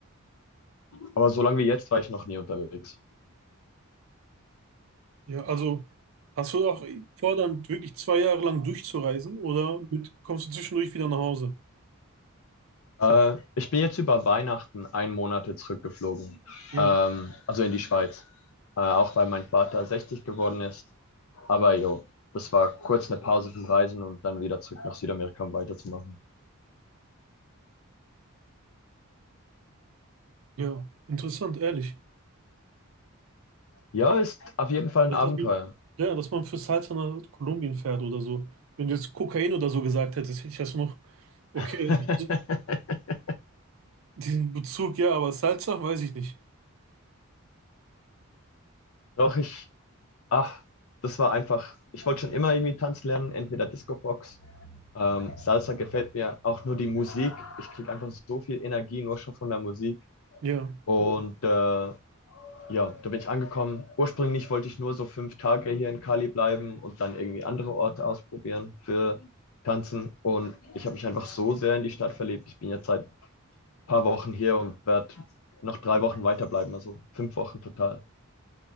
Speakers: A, on the left (about 70°); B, on the right (about 65°).
A: Aber so lange wie jetzt war ich noch nie unterwegs.
B: ja. Also hast du auch vor, dann wirklich zwei Jahre lang durchzureisen oder mit, kommst du zwischendurch wieder nach Hause?
A: Äh, ich bin jetzt über Weihnachten einen Monat zurückgeflogen,
B: Ja,
A: ähm, also in die Schweiz. Äh, auch weil mein Vater 60 geworden ist Aber jo, das war kurz eine Pause vom Reisen und dann wieder zurück nach Südamerika, um weiterzumachen.
B: ja. Interessant, ehrlich.
A: Ja, ist auf jeden Fall ein
B: Richtig.
A: Abenteuer.
B: Ja, dass man fürs Salz nach Kolumbien fährt oder so. Wenn du jetzt Kokain oder so gesagt hättest, hätte ich das noch, okay,
A: <laughs>
B: diesen Bezug, ja, aber Salsa, weiß ich nicht.
A: Doch ich, ach, das war einfach, ich wollte schon immer irgendwie tanzen lernen, entweder Discobox. Ähm, Salsa gefällt mir auch nur die Musik. Ich kriege einfach so viel Energie nur schon von der Musik.
B: Ja,
A: Und äh, ja, da bin ich angekommen. Ursprünglich wollte ich nur so fünf Tage hier in Cali bleiben und dann irgendwie andere Orte ausprobieren für Tanzen. Und ich habe mich einfach so sehr in die Stadt verliebt. Ich bin jetzt seit ein paar Wochen hier und werde noch drei Wochen weiterbleiben, also fünf Wochen total.